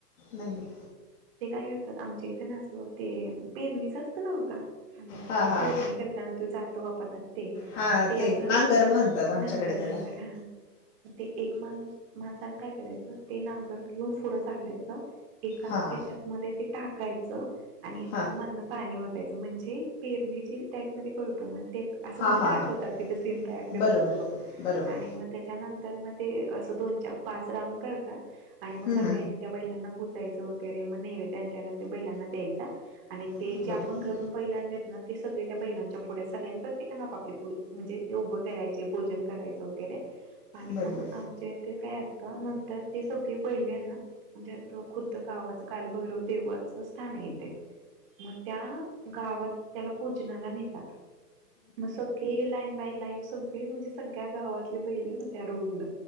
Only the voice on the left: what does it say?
नाही नाही.
हां हां
हा
नांगर म्हणतात आमच्याकडे
त्याला
हा हा
हा
हा
हा
हा
बरोबर
बरोबर
हम्म,
हम्म.
बरं
बरोबर